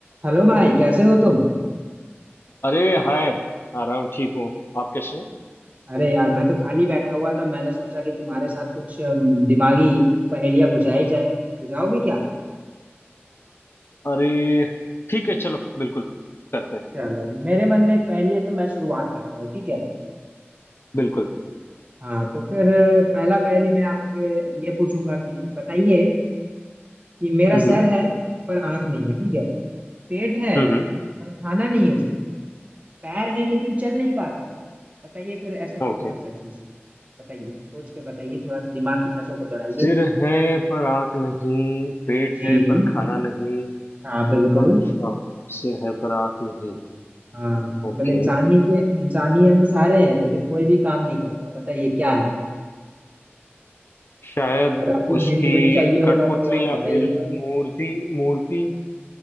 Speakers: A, on the right; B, on the left.
A: Hello भाई कैसे हो तुम
B: अरे हाय आराम ठीक हूँ आप कैसे हो
A: अरे यार मैं तो खाली बैठा हुआ था मैंने सोचा कि तुम्हारे साथ कुछ अम, दिमागी पहेलियां बुझाई जाए बुझाओगे क्या
B: अरे ठीक है चलो बिल्कुल करते हैं
A: चलो मेरे मन में एक पहेली है तो मैं शुरुआत करता हूँ ठीक है
B: बिल्कुल
A: हाँ तो फिर अ, पहला पहेली मैं आपसे ये पूछूंगा कि बताइए कि मेरा
B: हम्म
A: सर है पर आंख नहीं है ठीक है पेट है
B: हम्म
A: पर खाना नहीं है उसमें पैर है लेकिन चल नहीं पाता बताइए फिर ऐसा कौन
B: ओके
A: सा चीज़ है बताइए सोच के बताइए थोड़ा सा दिमाग की नसों को दौड़ाइए
B: सिर है पर आँख नहीं पेट
A: जी
B: है पर खाना नहीं
A: हाँ बिल्कुल
B: अच्छा सिर है पर आँख नहीं
A: हाँ मतलब
B: ओके
A: इंसानी के इंसानी अंग सारे हैं लेकिन कोई भी काम नहीं करता बताइए क्या है वो
B: शायद
A: अगर आपको
B: उसकी
A: हिंट विंट चाहिए होगा
B: कठपुतली
A: तो आप
B: या
A: बताइएगा
B: फिर मूर्ति मूर्ति